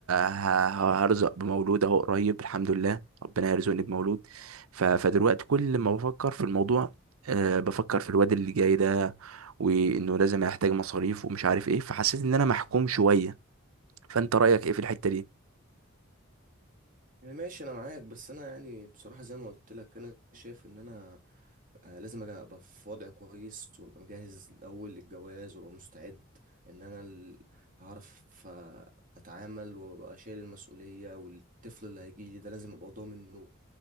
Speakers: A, on the right; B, on the right.
A: ه- ه- هرزق بمولود اهو قريب الحمد لله ربنا يرزقني بمولود ف- فدلوقتي كل ما بفكر في الموضوع آه، بفكر في الواد اللي جاي ده وانه لازم هيحتاج مصاريف ومش عارف ايه فحسيت ان انا محكوم شوية فانت رأيك ايه في الحتة دي
B: يعني ماشي انا معاك بس انا يعني بصراحه زي ما قلت لك انا شايف ان انا آه، لازم أجا- ابقى في وضع كويس وابقى مجهز الاول للجواز وابقى مستعد ان انا ال- هعرف آه، اتعامل وابقى شايل المسؤوليه والطفل اللي هيجي لي ده لازم ابقى ضامن له